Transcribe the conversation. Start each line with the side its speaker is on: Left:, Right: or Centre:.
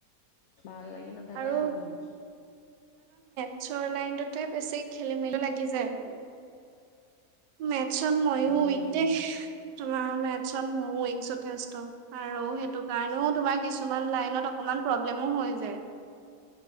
Left: ভাল লাগি নথাকা
Right: আৰু
Left: হ'ল মানে
Right: <unintelligible> লাইন তোতে বেছি খেলি মেলিটো লাগি যায় আৰু মেট <unintelligible> মইয়ো
Left: উম
Right: <unintelligible> মেথছত মইও যথেষ্ট আৰু সেইটো কাৰণেও তোমাৰ কিছুমান লাইনত অকমান প্ৰব্লেমো হৈ যায়